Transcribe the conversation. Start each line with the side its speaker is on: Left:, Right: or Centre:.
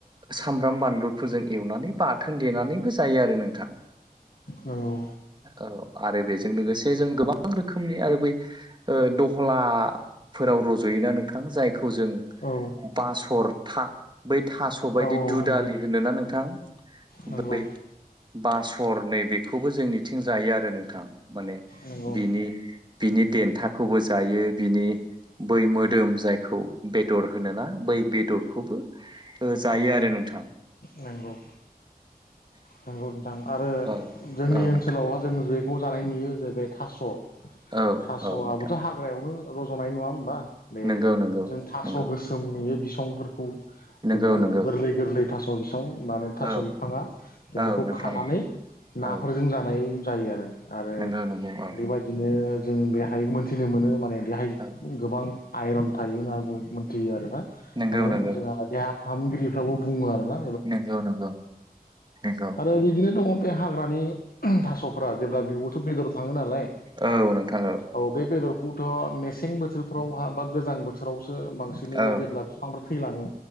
Right: सामब्राम बानलु फोरोजों एवनानै बाथोन देनानैबो जायो आरो नोंथां।
Left: नंगौ
Right: औ आरो बेजों लोगोसे जों गोबां रोखोमनि आरो बै ओ दहलाफोराव रज'योना नोंथां जायखौ जों
Left: औ
Right: बासर था बै थास' बायदि
Left: औ औ
Right: दुदालि
Left: नंगौ
Right: होनोना नोंथां
Left: नंगौ
Right: बै बासर नै बेखौबो जोंनिथिं जायो आरो नोंथां माने
Left: नंगौ
Right: बिनि बिनि देन्थाखौबो जायो बिनि बै मोदोम जायखौ बेदर होनोना बै बेदरखौबो जायो आरो नोंथां
Left: नंगौ नंगौ आरो
Right: औ
Left: जोंनि ओनसोलावहा
Right: नोंथां
Left: जों बेखौ जानाय नुयो जे बे थास'
Right: औ
Left: थास'आबोथ'
Right: नोंथां
Left: हाग्रायावनो रज'नाय नङा हबा बे
Right: नंगौ नंगौ
Left: जों थास'
Right: नंगौ
Left: गोसो नि बिसंफोरखौ
Right: नंगौ
Left: जोंओ
Right: नंगौ
Left: गोरलै गोरै थास' बिसां मान थास'
Right: औ
Left: बिफाङा
Right: औ
Left: खौ
Right: नोंथां
Left: खानानै नाफोरजों
Right: औ
Left: जानाय जायो आरो आरो
Right: नंगौ नंगौ औ
Left: बेबायदि बिदिनो जों बेहाय मोनथिनो मोनो माने बेहाय
Right: औ
Left: गोबां आइरन थायो होन बुं यो आरो ना
Right: नंगौ
Left: माने
Right: नंगौ
Left: जोंहा देहा फाहामगिरिफ्राबो बुङो आरो ना
Right: नंगौ नंगौ नंगौ
Left: आरो बिदिनो दङ बे हाग्रानि थास'फोरा जेब्ला बिबुथ' बेदर थाङो नालाय
Right: औ नोंथांऔ
Left: औ बे बेदरखौथ' मेसें बोथोरफ्रावहा बा गोजां बोथोरावसो बांसिन बिदिनो बे
Right: औ
Left: जेब्ला बिफांफोर थैलाङो